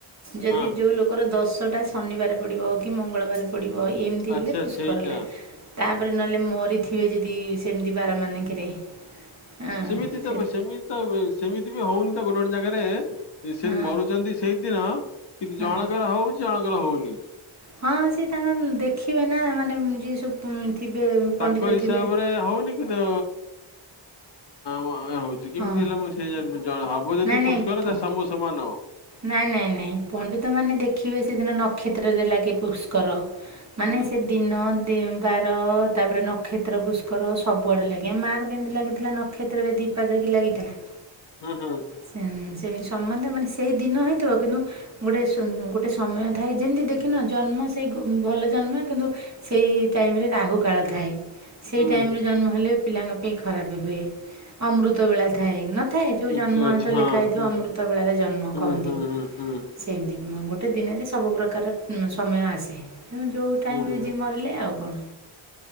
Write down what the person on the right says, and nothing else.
ଯଦି
ଯୋଉ ଲୋ ଙ୍କର ଦଶଟା ଶନିବାର ପଡ଼ିବ କି ମଙ୍ଗଳବାର ପଡ଼ିବ ଏମିତି
ହେଲେ ପୁଷ୍କରଲା
ତାପରେ ନହେଲେ ମୋରିଥିବେ ଯଦି ସେମିତି ବାର ମାନଙ୍କରେ। ହଁ
ସେ
ହଁ
ହଁ
ହଁ ସିଏ ତାଙ୍କର ଦେଖିବେ ନା ମାନେ ଯିଏ ସବୁ ଥିବେ ପଣ୍ଡିତ
ଥିବେ।
ହଁ
ନାଇଁ ନାଇଁ
ପ
ନାଇଁ ନାଇଁ ନାଇଁ ପଣ୍ଡିତ ମାନେ ଦେଖିବେ ସେଦିନ ନକ୍ଷତ୍ରରେ ଲାଗେ ପୁଷ୍କର ମାନେ
ସେ ଦିନ ବାର ତାପରେ ନକ୍ଷତ୍ର ପୁଷ୍କର ସବୁଆଡ଼େ ଲାଗା ମାର୍ କେମତି ଲାଗିଥିଲା ନକ୍ଷତ୍ରରେ ଦୀପା ଦେକି ଲାଗିଥିଲା।
ସେମତି ସ ମାନେ ସେଇ ଦିନ ହେଇଥିବ କିନ୍ତୁ ଗୋଟେ ଗୋଟେ ସମୟ ଥାଏ ଯେମିତି ଦେଖିନ ଜନ୍ମ ସେଇ ଭଲ ଜନ୍ମ କିନ୍ତୁ ସେଇ ଟାଇମରେ ରାହୁ କାଳ ଥାଏ ସେଇ
ଟାଇମରେ ଜନ୍ମ ହେଲେ ପିଲାଙ୍କ ଖରାପ ହୁଏ। ଅମୃତ ବେଳା ଥାଏ ନଥାଏ ଯୋଉ
ଜନ୍ମ
ଆମେ ତ ଲେଖା ହେଇଥିବ
ଅମୃତ ବେଳାରେ ଜନ୍ମ।
କହନ୍ତି।
ସେମିତି ଗୋଟେ ଦିନରେ ସବୁ ପ୍ରକାର ସମୟ ଆସେ ତେଣୁ ଯୋଉ ଟାଇମରେ
ଯ ମରିଲେ ଆଉ କଣ